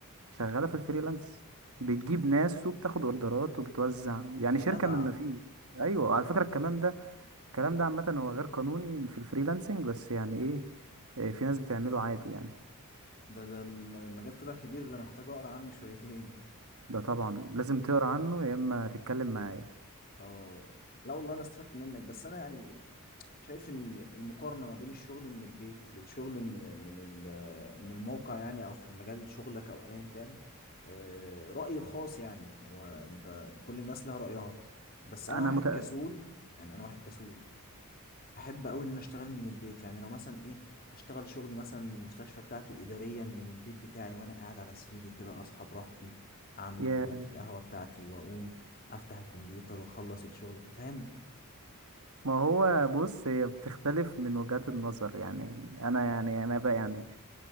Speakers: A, on the right; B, on the left.
A: شغالة في الفريلانس بتجيب ناس وبتاخد اوردرات وبتوزع يعني
B: يا
A: شركة
B: جدع
A: من ما فيش ايوه على فكرة الكلام ده الكلام ده عامة هو غير قانوني في الفريلانسنج بس يعني ايه إيه، في ناس بتعمله عادي يعني
B: ده ده الم- المجال طلع كبير ده انا محتاج اقرا عنه شويتين
A: ده طبعا لازم تقرا عنه يا اما تتكلم معايا
B: اه لا والله انا استفدت منك بس انا يعني شايف ان المقارنه ما بين الشغل من البيت للشغل من من ال- من الموقع يعني او في مجال شغلك او ايا كان آه، رايي الخاص يعني هو انت كل الناس لها رايها بس انا
A: انا
B: واحد
A: مت...
B: كسول يعني انا واحد كسول بحب قوي ان أنا اشتغل من البيت يعني لو مثلا ايه اشتغل شغل مثلا المستشفى بتاعتي اداريا من البيت بتاعي وانا قاعد على سريري كده اصحى براحتي اعمل
A: يا
B: كوبايه القهوه بتاعتي واقوم افتح الكمبيوتر واخلص الشغل فاهم
A: ما هو بص هي بتختلف من وجهات النظر يعني انا يعني انا بقى يعني